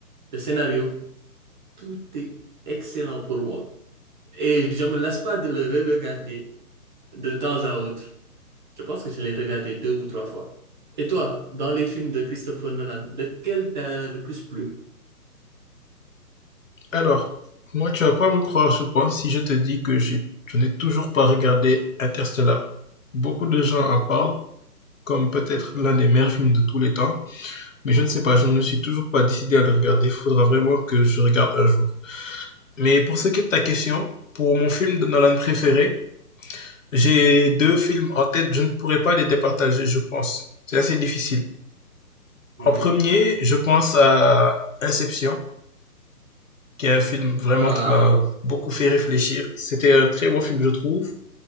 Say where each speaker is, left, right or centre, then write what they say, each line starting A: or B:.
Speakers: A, on the right (about 30°); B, on the left (about 55°).
A: le scénario, tout est excellent pour moi. Et je me lasse pas de le re-regarder de temps à autre. Je pense que je l'ai regardé deux ou trois fois. Et toi, dans les films de Christopher Nolan, lequel t'a le plus plu?
B: Alors, moi, tu vas pas me croire, je pense, si je te dis que j'ai- je n'ai toujours pas regardé Interstellar. Beaucoup de gens en parlent, comme peut-être l'un des meilleurs films de tous les temps. Mais je ne sais pas, je ne me suis toujours pas décidé à le regarder. Il Faudra vraiment que je regarde un jour. Mais pour ce qui est de ta question, pour mon film de Nolan préféré, j'ai deux films en tête. Je ne pourrais pas les départager, je pense. C'est assez difficile.
A: Mhm.
B: En premier, je pense à Inception, qui est un film vraiment
A: Ah,
B: qui m'a beaucoup fait réfléchir. C'était un très bon film, je trouve.